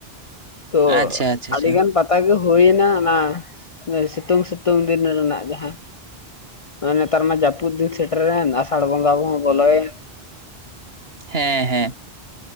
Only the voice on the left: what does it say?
ᱛᱚ
ᱟᱹᱰᱤ ᱜᱟᱱ ᱯᱟᱛᱟ ᱜᱮᱼᱼ ᱦᱩᱭ ᱱᱟ ᱚᱱᱟ ᱥᱤᱛᱩᱝ ᱥᱤᱛᱩᱝ ᱫᱤᱱ ᱨᱮᱱᱟᱜ ᱡᱟᱦᱟᱸᱼᱼ ᱱᱮᱛᱟᱨ ᱢᱟ ᱡᱟᱹᱯᱩᱫ ᱫᱤᱱ ᱥᱮᱴᱮᱨ ᱮᱱ ᱟᱥᱟᱲ ᱵᱚᱸᱜᱟ ᱦᱚᱸ ᱵᱚᱞᱚᱭᱮᱱ,